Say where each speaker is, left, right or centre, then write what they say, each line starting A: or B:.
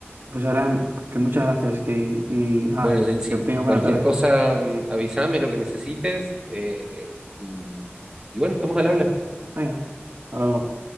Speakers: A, on the right; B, on the right.
A: Pues ahora que muchas gracias que, y nada,
B: Bueno, Jensi,
A: que tengas buena
B: cualquier
A: tarde.
B: cosa, mm, avísame lo que necesites eh, eh, y, y bueno, estamos al habla.
A: Venga, hasta luego.